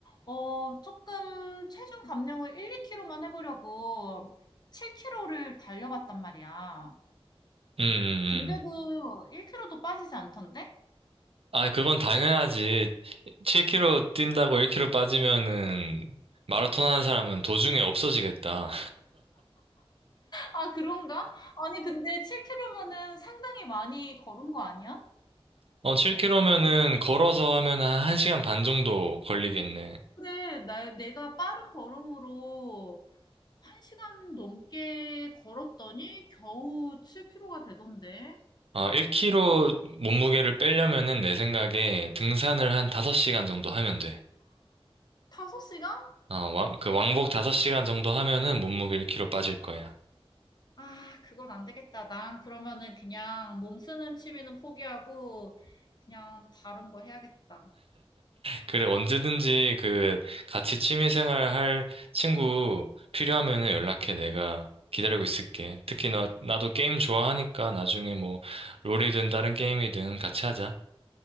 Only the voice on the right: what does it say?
음, 음.
아, 그건 당연하지. 7kg 뛴다고 1kg 빠지면은 마라톤 하는 사람은 도중에 없어지겠다.
어, 7kg면은 걸어서 하면 한 1시간 반 정도 걸리겠네.
아, 1kg 몸무게를 빼려면은 내 생각에 등산을 한 5시간 정도 하면 돼.
어, 왕, 그 왕복 5시간 정도 하면은 몸무게 1kg 빠질 거야.
그래, 언제든지 그 같이 취미생활 할 친구 필요하면은 연락해. 내가 기다리고 있을게. 특히 나, 나도 게임 좋아하니까 나중에 뭐 롤이든 다른 게임이든 같이 하자.